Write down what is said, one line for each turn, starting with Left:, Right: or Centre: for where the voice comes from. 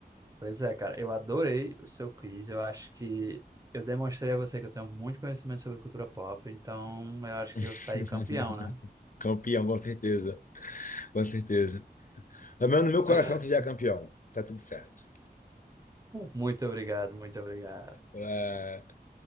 Right: pois é, cara. Eu adorei o seu quiz. Eu acho que eu demonstrei a você que eu tenho muito conhecimento sobre cultura pop, então eu acho que eu
Left: <laughs>
Right: saí campeão, né?
Left: Campeão, com certeza. Com certeza. Pelo menos no meu coração
Right: <laughs>
Left: você já é campeão. Tá tudo certo.
Right: Muito obrigado, muito obrigado.
Left: É,